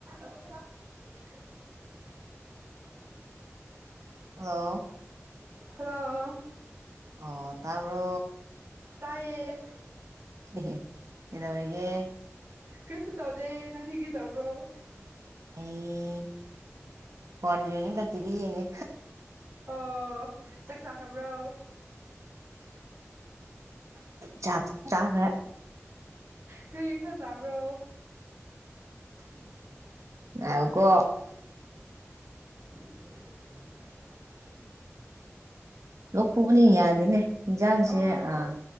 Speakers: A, on the right (about 50°); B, on the right (about 80°).
A: <unintelligible> <inaudible>
B: hello
A: hello
B: ꯑꯣ ꯇꯕ
A: ꯇꯥꯏꯌꯦ
B: ꯏꯧꯒ
A: ꯀ꯭ꯔꯤꯁ ꯇꯧꯗꯦ ꯅꯪ ꯍꯒꯗꯕ꯭ꯔꯣ
B: ꯑꯩ ꯐꯣꯟꯕꯤ ꯅꯒꯛꯇꯤꯕꯤ ꯌꯦꯡꯉꯦ
A: ꯑꯣ ꯆꯥꯛ ꯆꯥꯈꯕ꯭ꯔꯣ
B: ꯆꯥꯛ ꯆꯥꯈ꯭ꯔꯦ
A: ꯀꯁ ꯆꯕ꯭ꯔꯣ
B: ꯑ ꯀꯣ
A: ꯎ
B: ꯂꯧꯣꯛ ꯄꯨꯕꯅꯤ ꯌꯥꯗꯦꯅꯦ ꯏꯟꯁꯥꯡꯁꯦ
A: ꯑꯣ
B: ꯑꯥ